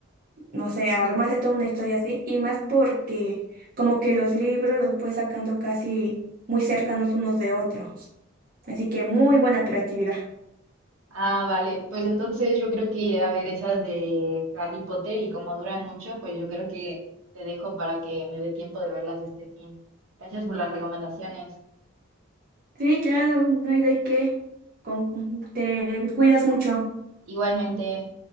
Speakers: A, on the right; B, on the right.
A: no sé, armarse toda una historia así, y más porque como que los libros los fue sacando casi muy cercanos unos de otros. Así que muy buena creatividad.
B: Ah, vale, pues entonces yo creo que iré a ver esas de Harry Potter y como duran mucho, pues yo creo que te dejo para que me dé tiempo de verlas este fin. Gracias por las recomendaciones.
A: Sí, claro, no hay de qué. Con- te cuidas mucho.
B: Igualmente.